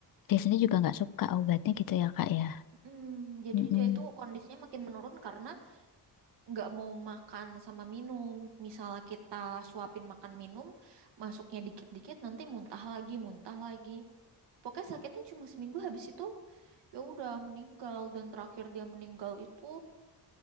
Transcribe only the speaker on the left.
dia sendiri juga nggak suka obatnya gitu ya kak ya
Mm-mm.